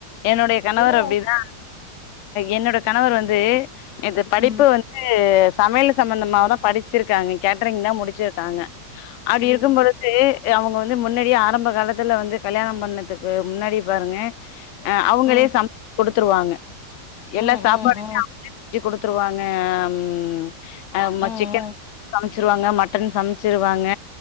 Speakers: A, on the left; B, on the left.
A: என்னோடைய கணவர்
B: இல்ல
A: அப்டிதா என்னோட கணவர் வந்து இது படிப்பு
B: ம்
A: வந்து சமையல் சம்மந்தமா தா படிச்சிருக்காங்க கேட்டரிங் தா முடிச் சிருக்காங்க அப்டி
B: ம்
A: இருக்கு போது தே அவ்ங்க வந்து முன்னாடியே ஆரம்ப காலத்துல வந்து கல்யாணம் பண்ணதுக்கு முன்னாடியே பாருங்க ஆ அவுங்களே
B: ம்
A: சம் குடுத்துருவாங்க எல்லா
B: ம்
A: சாப்பாடுமே
B: ம் ம்
A: அவ்ங்களே ஞ்சி குடுத்ருவாங்க ஆ ம் ஆ ம
B: ம்
A: சிக்கன் சமைச்ருவாங்க மட் டன் சம்ச்ருவாங்க